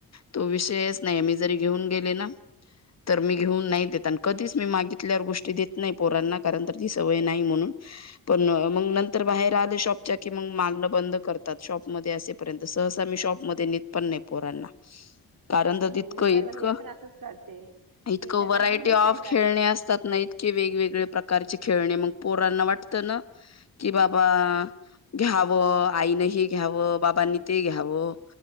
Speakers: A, on the left; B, on the right.
A: तो विषयच नाय मी जरी घेऊन गेले ना तर, मी घेऊन नाही देत आणि कधीच मी मागितल्यावर गोष्टी देत नाही पोरांना. कारण, तर ती सवय नाही म्हणून. पण, मग नंतर बाहेर आले शॉपच्या की मग मागण बंद करतात. शॉपमध्ये असेपर्यंत स <inaudible> ी शॉप मध्ये नि पण नाही पोरांना. कारण, तर तितकं
B: मी पण
A: इतकं,
B: मी पण असंच करते
A: इतकं,
B: की त्यांना
A: व्हरायटी
B: घेऊनच
A: ऑफ
B: नाही जायचं
A: खेळणे असते. नाहीतके वेगवेगळ प्रकारचे खेळणे. मग पोरांना वाटतं ना. कि बाबा, घ्यावं आईन हे घ्यावं, बाबांनी ते घ्यावं हो.